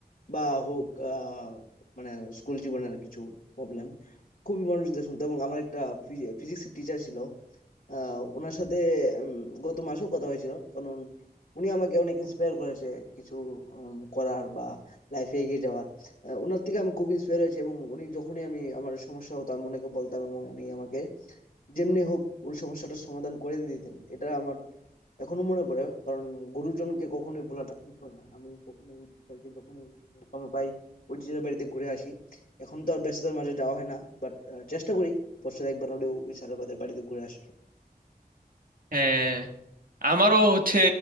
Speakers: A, on the left; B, on the right.
A: বা হোক আহ, মানে স্কুল জীবনের কিছু প্রবলেম খুবই মনোযোগ দিয়ে শুনতো এবং আমার একটা ফিজিক্সের টিচার ছিল আহ, ওনার সাথে উম, গত মাসেও কথা হয়েছিল কারণ উনি আমাকে অনেক ইন্সপায়ার করেছে কিছু উম, করার বা লাইফে এগিয়ে যাওয়ার আহ, ওনার থেকে আমি খুব ইন্সপায়ার হয়েছি এবং উনি যখনই আমি আমার সমস্যা হতো আমি ওনাকে বলতাম এবং উনি আমাকে যেমনি হোক ওই সমস্যাটার সমাধান করে দিতেন এটা আমার এখনো মনে পড়ে কারণ গুরুজনকে কখনোই ভোলাটা ঠিক হয় না আমি কখনোই ওই টিচারকে যখনই সময় পাই ওই টিচারের বাড়িতে ঘুরে আসি এখন তো আর ব্যস্ততার মাঝে যাওয়া হয় না বাট চেষ্টা করি বছরে একবার হলেও ওই স্যারের বাড়িতে বাড়িতে ঘুরে আসার
B: হ্যাঁ আমারও হচ্ছে